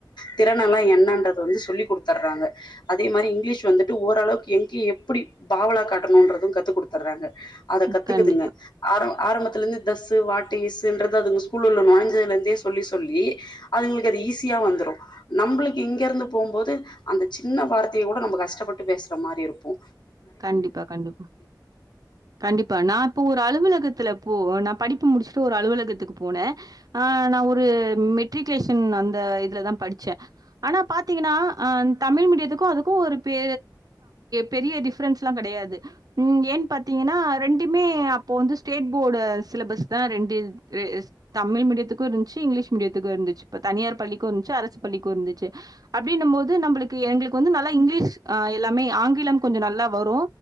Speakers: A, on the left; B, on the right.
A: திறனல்லா என்னன்றது வந்து சொல்லிக் குடுத்தர்றாங்க அதே மாரி இங்கிலீஷ் வந்துட்டு ஓரளவுக்கு எங்க எப்டி பாவ்லா காட்டணுன்றது கத்துக் குடுத்துர்றாங்க அத
B: ம்.
A: கத்துக்குதுங்க
B: கண்டிப்பா,
A: ஆரம் ஆரம்பத்துலந்து தஸ் து வாட்டு இஸ்ஸுன்றத அதுங்க ஸ்கூல் உள்ள நொழஞ்சதுலேந்தே சொல்லி சொல்லி அதுங்களுக்கு அது ஈஸியா வந்துரு நம்ப்ளுக்கு இங்கர்ந்து போம்போது அந்த சின்ன வார்த்தைய கூட நம்ம கஷ்டப்பட்டு பேசுற மாரி இருப்போ
B: கண்டிப்பா கண்டிப் கண்டிப்பா நா இப்போ ஒரு அலுவலகத்துல போ நா படிப்பு முடிச்சுட்டு ஒரு அலுவலகத்துக்கு போன ஆ நா ஒரு மெட்ரிகுலேஷன் அந்த இதுலதா படிச்சே ஆனா பாத்தீங்கன்னா ஆ தமிழ் மீடியத்துக்கு அதுக்கு ஒரு பெ பெரிய டிஃப் ரென்ஸ்ல்லா கெடையாது ம் ஏன் பாத்தீங்கன்னா ரெண்டுமே அப்போ வந்து ஸ்டேட் போர்ட் சிலபஸ் தா ரெண்டு தமிழ் மீடியத்துக்கு இருந்துச்சி இங்கிலீஷ் மீடியத்துக்கு இருந்துச்சி இப்ப தனியார் பள்ளிக்கு இருந்துச்சி அரசு பள்ளிக்கு இருந்துச்சி அப்டின்னும் போது நம்மளுக்கு எங்களுக்கு வந்து நல்லா இங்கிலீஷ் ஆ எல்லாமே ஆங்கிலம் கொஞ்ச நல்லா வரு